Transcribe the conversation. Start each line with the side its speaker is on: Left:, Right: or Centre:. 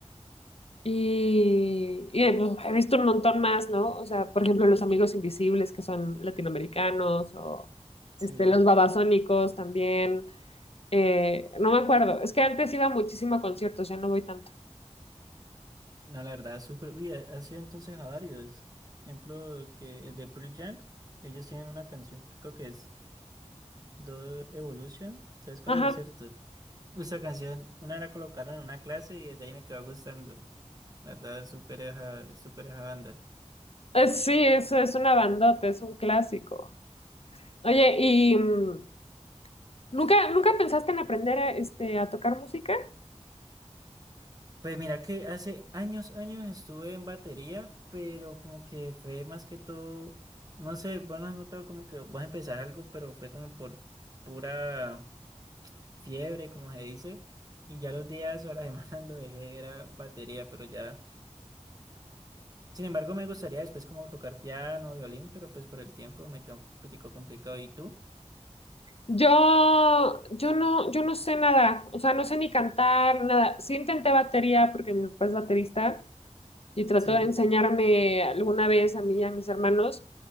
Left: Y, y, eh, pues, he visto un montón más, ¿no? O sea, por ejemplo, los Amigos Invisibles, que son latinoamericanos, o
Right: sí.
Left: este, los Babasónicos también. Eh, no me acuerdo. Es que antes iba muchísimo a conciertos, ya no voy tanto.
Right: No, la verdad, súper. Uy, ha, ha sido entonces a varios. Ejemplo, el que el de Pearl Jam, ellos tienen una canción que creo que es Do Evolution. ¿Sabes cuál
Left: Ajá.
Right: es, cierto? Uy, esa canción, una la colocaron en una clase y desde ahí me quedó gustando. La verdad, súper esa, súper esa banda.
Left: Eh, sí, eso es una bandota, es un clásico. Oye, ¿y mm, nunca, nunca pensaste en aprender a, este, a tocar música?
Right: Pues mira que hace años, años estuve en batería, pero como que fue más que todo, no sé, vos no has notado como que vos empezás algo, pero fue como por pura fiebre, como se dice, y ya los días o las semanas <laughs> lo dejé, era batería, pero ya. Sin embargo, me gustaría después como tocar piano, violín, pero pues por el tiempo me quedó un poquitico complicado. ¿Y tú?
Left: Yo, yo no, yo no sé nada, o sea, no sé ni cantar, nada. Sí intenté batería porque mi papá es baterista y trató
Right: Sí,
Left: de enseñarme alguna vez a mí y a mis hermanos,